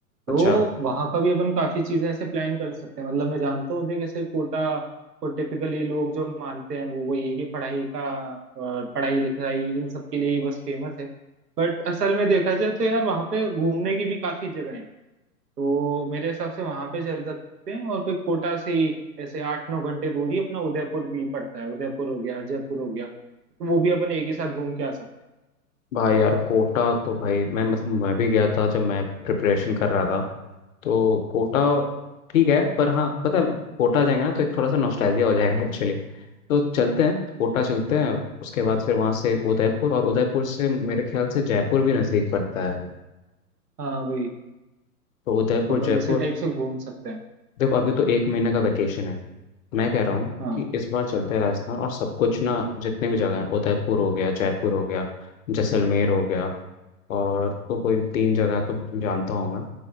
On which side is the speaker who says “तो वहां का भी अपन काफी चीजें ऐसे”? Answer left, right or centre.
Right